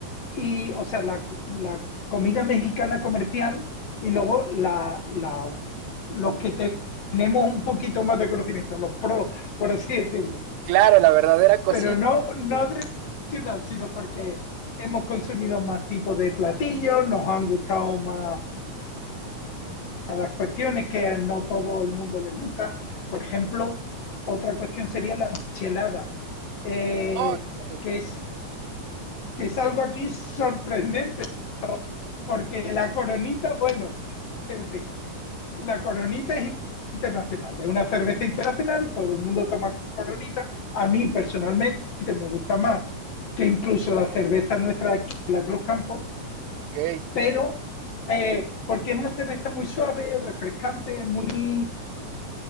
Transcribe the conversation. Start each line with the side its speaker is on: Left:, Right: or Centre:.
Left: y, o sea, la, la comida mexicana comercial y luego la, la- los que te- tenemos un poquito más de conocimiento, los pros, por así decirlo.
Right: claro, la verdadera cocina.
Left: Pero no, no nacional, sino porque hemos consumido más tipos de platillos, nos han gustado más las cuestiones que no todo el mundo les gusta. Por ejemplo, otra cuestión sería la michelada, eh,
Right: Ok,
Left: que, es, que es algo aquí sorprendente, porque la coronita, bueno, <laughs> es decir, la coronita es internacional, es una cerveza internacional, todo el mundo toma coronita. A mí personalmente me gusta más que incluso la cerveza nuestra aquí, la Cruz Campo,
Right: ok,
Left: pero eh, porque es una cerveza muy suave, refrescante, muy